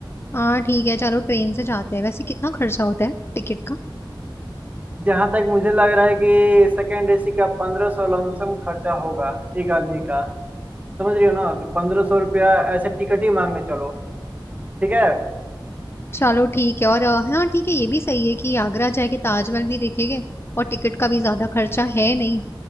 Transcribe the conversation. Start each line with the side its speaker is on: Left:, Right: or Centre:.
Left: हाँ ठीक है चलो ट्रेन से जाते हैं वैसे कितना खर्चा होता है टिकट का
Right: जहां तक मुझे लग रहा है कि सेकंड एसी का पंद्रह सौ लमसम खर्चा होगा एक आदमी का समझ रही हो ना तो पंद्रह सौ रुपया ऐसे टिकट ही मांगने चलो ठीक है
Left: चलो ठीक है और अ, हाँ ठीक है ये भी सही है कि आगरा जाके ताजमहल भी देखेंगे और टिकट का भी ज्यादा खर्चा है नहीं